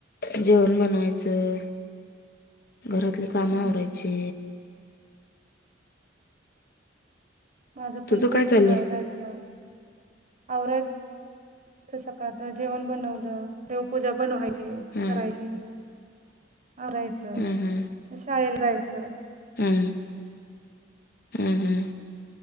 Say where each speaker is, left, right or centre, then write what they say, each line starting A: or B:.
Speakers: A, on the left; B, on the right.
A: जेवण बनवायचं घरातली काम
B: हम्म
A: आवरायचे.
B: माझं पण
A: तुझं
B: तेच
A: काय चाललंय
B: सुरू आहे जायचं आवराय. त सकाळचं जेवण बनवलं देवपूजा बनवायची
A: हम्म
B: करायची. राहायचं
A: हम्म
B: शाळेला जायचं.
A: हम्म. हम्म हम्म.